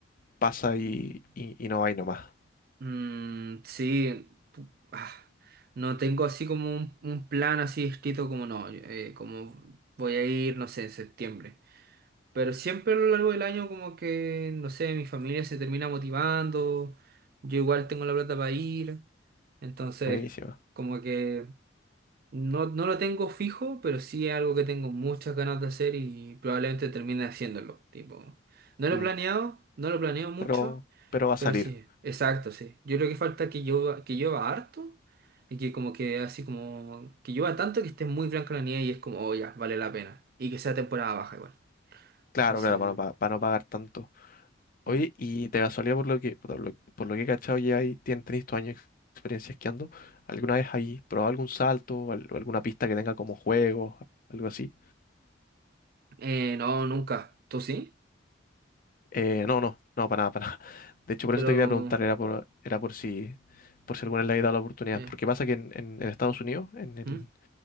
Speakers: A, on the left (about 45°); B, on the right (about 50°).
A: pasa y, y, y no vais nomás.
B: Mm, sí, pu- ah, no tengo así como un, un plan así escrito como no, yo, eh, como voy a ir, no sé, en septiembre. Pero siempre a lo largo del año como que, no sé, mi familia se termina motivando, yo igual tengo la plata para ir, entonces
A: Buenísima.
B: como que no, no lo tengo fijo, pero sí es algo que tengo muchas ganas de hacer y probablemente termine haciéndolo, tipo, no lo
A: Mm,
B: he planeado, no lo planeo mucho,
A: pero, pero va a
B: pero
A: salir.
B: sí, exacto, sí. Yo creo que falta que llueva, que llueva harto y que como que así como, que llueva tanto que esté muy blanca la nieve y es como, oh ya, vale la pena, y que sea temporada baja igual,
A: Claro,
B: entonces...
A: claro, para no, pa- para no pagar tanto. Oye,
B: Mm.
A: y de casualidad, por lo que, por lo, por lo que he cachado, ya ahí tien- tenéis tu años de experiencia esquiando. ¿Alguna vez ahí probado algún salto o al- alguna pista que tenga como juego, algo así?
B: Eh, no, nunca. ¿Tú sí?
A: Eh, no, no, no, para nada, para nada. <laughs> De hecho, por
B: Pero...
A: eso te quería preguntar, era por, era por si, por si alguna vez le había dado la oportunidad.
B: eh,
A: Porque pasa que en, en- en Estados Unidos, en el,
B: ¿mm?